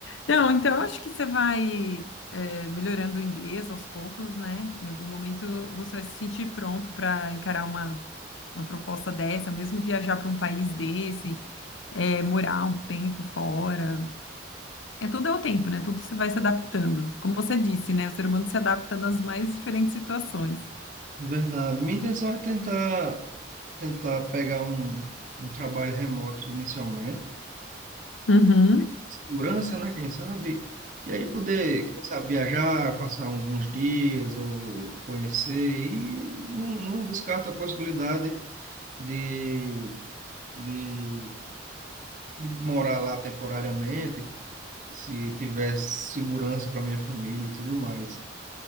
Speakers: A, on the left; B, on the right.
A: Não, então eu acho que você vai é, melhorando o inglês aos poucos, né? Em algum momento você vai se sentir pronto para encarar uma, uma proposta dessa, ou mesmo viajar para um país desse, é, morar um tempo fora. É tudo é o tempo, né? Tudo você vai se adaptando. Como você disse, né? O ser humano se adapta nas mais diferentes situações.
B: Verdade. Minha intenção é tentar, tentar pegar um, um trabalho remoto inicialmente.
A: Uhum.
B: segurança, né? Quem sabe? E aí poder, quem sabe, viajar, passar alguns dias ou conhecer. E não, não descarto a possibilidade de, de, de morar lá temporariamente, se tiver segurança para minha família e tudo mais.